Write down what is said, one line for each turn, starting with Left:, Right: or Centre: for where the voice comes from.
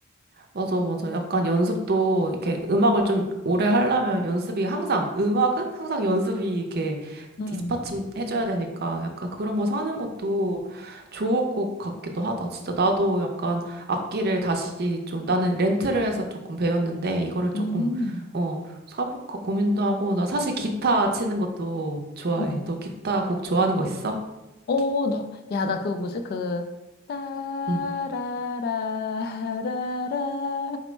Right: 맞아, 맞아. 약간 연습도 이렇게 음악을 좀 오래 하려면 연습이 항상, 음악은 항상 연습이 이렇게
Left: 음.
Right: 뒷받침해줘야 되니까 약간 그런 거 사는 것도 좋을 것 같기도 하다. 진짜 나도 약간 악기를 다시 좀 나는 렌트를 해서 조금 배웠는데 이거를 조금,
Left: 음.
Right: 어, 사볼까 고민도 하고 나 사실 기타 치는 것도 좋아해.
Left: 음.
Right: 너 기타 곡 좋아하는 거 있어?
Left: 오,
Right: 기-
Left: 나, 야, 나 그거 뭐지? 그, 따라라라라라.
Right: 응.